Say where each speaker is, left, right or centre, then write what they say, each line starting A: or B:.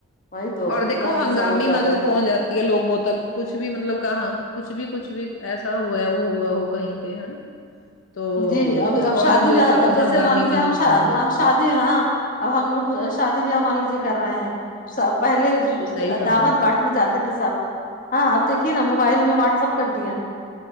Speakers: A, on the left; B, on the left.
A: وہی تو
B: اور دیکھو
A: ترنت
B: ہنگامی
A: سب ہو جاتا
B: مدد
A: ہے
B: پہنچ جات یہ لوگوں تک کچھ بھی مطلب کہاں کچھ بھی کچھ بھی ایسا ہوا وہ ہوا ہو کہیں پہ ہے نا <inaudible>
A: جی اب اب
B: فورن
A: شادی
B: جو
A: بے اب جیسے
B: ہنگامی
A: مان لیجیے
B: مدد
A: ہم
B: پہنچ جاتی
A: ہم شادی
B: ہے
A: ہاں اب ہم لوگ شادی بھی ہمار لیجیے کر رہے ہیں پہلے
B: صحیح فرمایا
A: دعوت بٹ نے جاتے تھے سب ہاں آپ دیکھیے نا موبائل میں واٹس اپ کر دیا